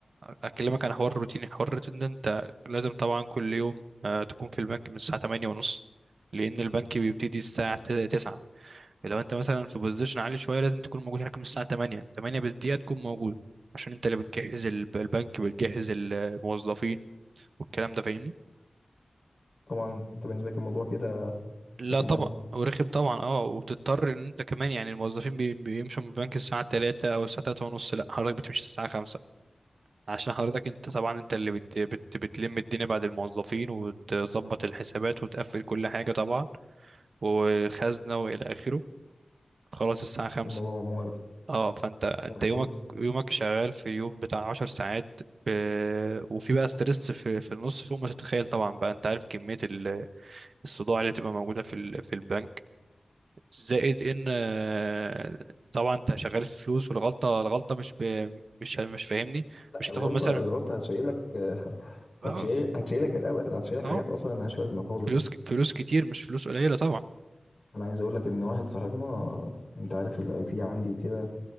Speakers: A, on the right; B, on the left.
A: اكلمك عن حوار روتيني حوار الروتين ده انت لازم طبعا كل يوم آه، تكون في البنك من الساعه 8 ونص لان البنك بيبتدي الساعه 9 لو انت مثلا في بوزيشن عالي شويه لازم تكون موجود هناك من الساعه 8 8 بالدقيقه تكون موجود عشان انت اللي بتجهز الب- البنك بتجهز الموظفين والكلام ده فاهمني
B: طبعا انت بالنسبه لك الموضوع كده
A: لا
B: رخم
A: طبعا
B: قوي
A: ورخم طبعا اه وتضطر ان انت كمان يعني الموظفين بي- بيمشوا من البنك الساعه 3 او الساعه 3 ونص لا حضرتك بتمشي الساعه 5 عشان حضرتك انت طبعا انت اللي بت بت بتلم الدنيا بعد الموظفين وتظبط الحسابات وتقفل كل حاجه طبعا والخزنه والى اخره خلاص الساعه 5
B: الموضوع مقرف
A: اه فانت انت
B: مقرف
A: يومك
B: قوي
A: يومك شغال في اليوم بتاع 10 ساعات ب- وفي بقى ستريس في في النص فوق ما تتخيل طبعا بقى انت عارف كميه ال- الصداع اللي تبقى موجوده في ال- في البنك زائد ان آه، طبعا انت شغال في فلوس والغلطه الغلطه مش ب... مش مش فاهمني مش
B: الغلطه
A: هتاخد مثلا
B: الغلطه هتشيلك <laughs>
A: اه
B: هتشيل هتشيلك الابد هتشيلك حاجات
A: اه
B: اصلا ملهاش لازمه خالص
A: فلوس فلوس كتير مش فلوس قليله طبعا
B: انا عايز اقول لك ان واحد صاحبنا انت عارف الاي تي عندي وكده